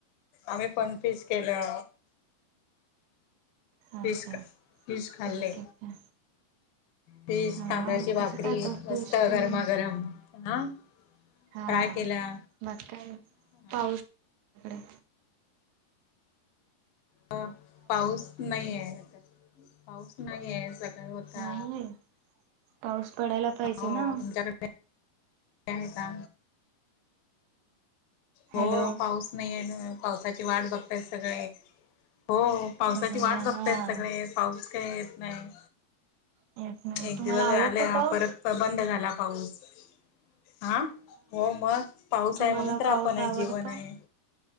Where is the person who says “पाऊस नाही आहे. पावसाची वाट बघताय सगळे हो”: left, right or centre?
Left